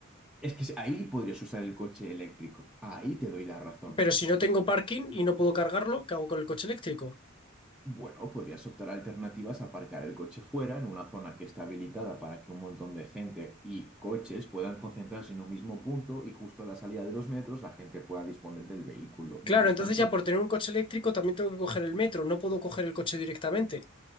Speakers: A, in the centre; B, on the left.
A: Es que ahí podrías usar el coche eléctrico. Ahí te doy la razón.
B: Pero si no tengo parking y no puedo cargarlo, ¿qué hago con el coche eléctrico?
A: Bueno, podrías optar a alternativas a aparcar el coche fuera, en una zona que está habilitada para que un montón de gente y coches puedan concentrarse en un mismo punto y justo a la salida de los metros la gente pueda disponer del vehículo.
B: Claro,
A: Mientras
B: entonces
A: tanto...
B: ya por tener un coche eléctrico también tengo que coger el metro, no puedo coger el coche directamente.